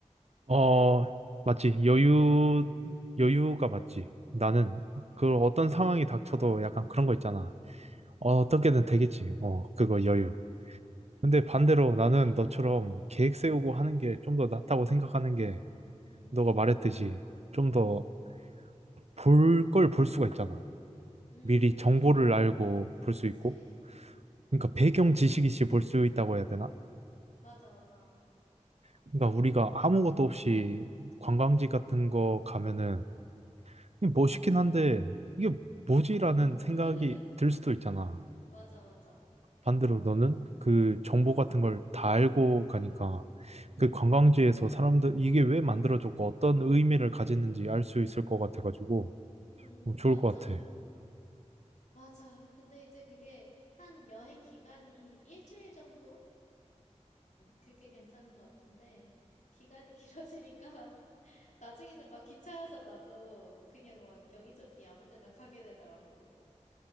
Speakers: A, on the right; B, on the left.
A: 어 맞지? 여유 여유가 맞지? 나는
B: 응,
A: 그 어떤 상황이 닥쳐도 약간 그런 거 있잖아.
B: 응,
A: 어, 어떻게든 되겠지. 어, 그거 여유. 근데 반대로 나는
B: 아,
A: 너처럼 계획
B: 응,
A: 세우고 하는 게 좀 더 낫다고 생각하는 게
B: 응,
A: 너가 말했듯이 좀 더 볼 걸 볼 수가 있잖아.
B: 음,
A: 미리 정보를 알고 볼
B: 그치.
A: 수 있고. 그러니까 배경 지식이시 볼 수 있다고 해야 되나?
B: 맞아, 맞아.
A: 그러니까 우리가 아무것도 없이 관광지 같은 거 가면은 이게 멋있긴 한데 이게 뭐지라는 생각이
B: <laughs>
A: 들 수도 있잖아.
B: 맞아, 맞아.
A: 반대로 너는 그 정보 같은 걸 다 알고 가니까
B: 음,
A: 그 관광지에서 사람들 이게 왜 만들어졌고 어떤 의미를 가졌는지 알 수 있을 것 같아가지고
B: 음,
A: 어, 좋을
B: 맞아.
A: 것 같아.
B: 맞아. 근데 이제 그게 한 여행 기간이 일주일 정도면은 그게 괜찮은 것 같은데, 기간이 길어지니까 <laughs> 나중에는 막 기차에서 나도 그냥 막 여기저기 아무 데나 가게 되더라고.